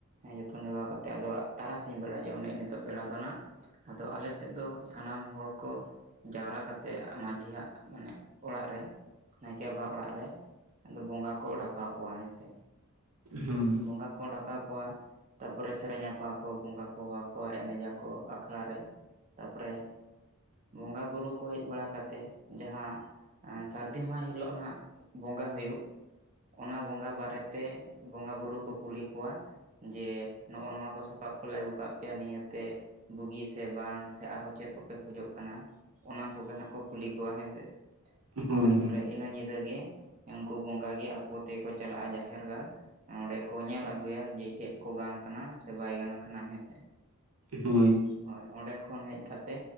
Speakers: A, on the right; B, on the right.
A: ᱡᱚᱛᱚᱱ ᱡᱚᱜᱟᱣ ᱠᱟᱛᱮ ᱟᱫᱚ ᱛᱟᱨᱟᱥᱤᱧ ᱵᱟᱲᱟᱭᱟ ᱡᱮᱢᱚᱱ ᱱᱮᱜᱮ ᱱᱤᱛᱚᱜ ᱵᱮᱲᱟ ᱫᱚ ᱱᱟᱦᱟᱜ ᱟᱫᱚ ᱟᱞ ᱥᱮᱫ ᱫᱚ ᱥᱟᱱᱟᱢ ᱦᱚᱲ ᱠᱚ ᱡᱟᱣᱨᱟ ᱠᱟᱛᱮᱜ ᱢᱟᱹᱡᱷᱤ ᱭᱟᱜ ᱢᱟᱱᱮ ᱚᱲᱟᱜ ᱨᱮ ᱱᱟᱭᱠᱮ ᱵᱟᱵᱟ ᱚᱲᱟᱜ ᱨᱮ ᱟᱫᱚ ᱵᱚᱸᱜᱟ ᱠᱚ ᱰᱟᱠᱟᱚᱣ ᱦᱮᱸ ᱥᱮ
B: ᱦᱩᱸ
A: ᱵᱚᱸᱜᱟ ᱠᱚ ᱰᱟᱠᱟᱣ ᱠᱚᱣᱟ ᱛᱟᱯᱚᱨᱮ ᱥᱮᱨᱮᱧ ᱟᱠᱚᱣᱟ ᱠᱚ ᱵᱚᱸᱜᱟ ᱠᱚ ᱟᱠᱚᱣᱟ ᱮᱱᱮᱡ ᱟᱠᱚ ᱟᱠᱷᱲᱟ ᱨᱮ ᱛᱟᱯᱚᱨᱮ ᱵᱚᱸᱜᱟ ᱵᱩᱨᱩ ᱠᱚ ᱦᱮᱡ ᱵᱟᱲᱟ ᱠᱟᱛᱮᱜ ᱡᱟᱦᱟᱸ ᱥᱟᱹᱨᱫᱤ ᱢᱟᱦᱟ ᱦᱤᱞᱳᱜ ᱱᱟᱦᱟᱜ ᱵᱚᱸᱜᱟ ᱦᱩᱭᱩᱜ ᱚᱱᱟ ᱵᱚᱸᱜᱟ ᱵᱟᱨᱮ ᱛᱮ ᱵᱚᱸᱜᱟ ᱵᱩᱨᱩ ᱠᱚ ᱠᱩᱞᱤ ᱠᱚᱣᱟ ᱡᱮ ᱱᱚᱜᱚ ᱱᱚᱣᱟ ᱠᱚ ᱥᱟᱯᱟᱵ ᱠᱚ ᱞᱮ ᱟᱹᱜᱩ ᱟᱠᱟᱫ ᱯᱮᱭᱟ ᱱᱤᱭᱟᱹᱛᱮ ᱵᱩᱜᱤ ᱥᱮ ᱵᱟᱝ ᱥᱮ ᱟᱨ ᱦᱚᱸ ᱪᱮᱫ ᱠᱚ ᱯᱮ ᱠᱷᱚᱡᱚᱜ ᱠᱟᱱᱟ ᱚᱱᱟ ᱠᱚ ᱜᱮ ᱱᱟᱦᱟᱜ ᱠᱚ ᱠᱩᱞᱤ ᱠᱚᱣᱟ ᱦᱮᱸ ᱥᱮ
B: ᱦᱳᱭ
A: ᱛᱟᱯᱚᱨᱮ ᱤᱱᱟᱹ ᱧᱤᱫᱟᱹ ᱜᱮ ᱩᱱᱠᱩ ᱵᱚᱸᱜᱟ ᱜᱮ ᱟᱠᱚ ᱛᱮᱜᱮ ᱠᱚ ᱪᱟᱞᱟᱜᱼᱟ ᱡᱟᱦᱮᱨ ᱜᱟᱲ ᱚᱸᱰᱮ ᱠᱚ ᱧᱮᱞ ᱟᱹᱜᱩᱭᱟ ᱡᱮ ᱪᱮᱫ ᱠᱚ ᱜᱟᱱ ᱠᱟᱱᱟ ᱥᱮ ᱵᱟᱭ ᱜᱟᱱ ᱠᱟᱱᱟ ᱦᱮᱸ ᱥᱮ
B: ᱦᱳᱭ
A: ᱦᱳᱭ ᱚᱸᱰᱮ ᱠᱷᱚᱱ ᱦᱮᱡ ᱠᱟᱛᱮ